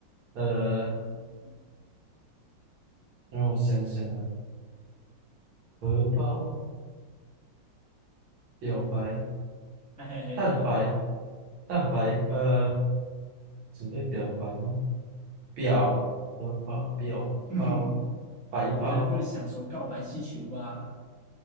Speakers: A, on the right; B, in the centre.
A: 呃，
B: <laughs>
A: 让我想想啊，荷包、表白、
B: 嘿嘿嘿，
A: 蛋白、蛋白，呃，准备表白吗？表荷包、表包、
B: <laughs> 哼哼
A: 白包，
B: 你该不会想说告白气球吧？